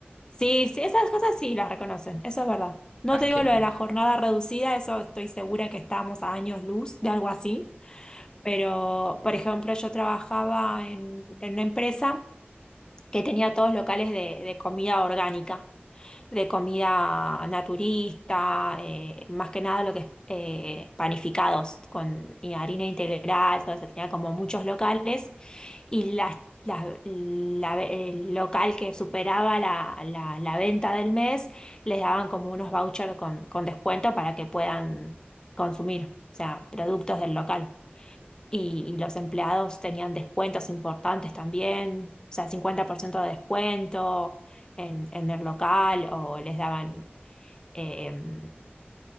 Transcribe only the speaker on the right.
Ah,
qué envidia.